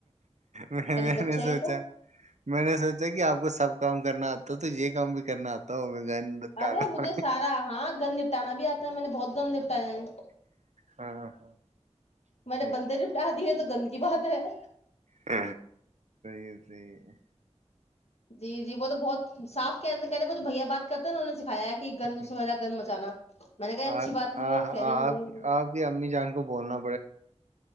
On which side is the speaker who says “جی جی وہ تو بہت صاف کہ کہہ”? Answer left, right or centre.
Left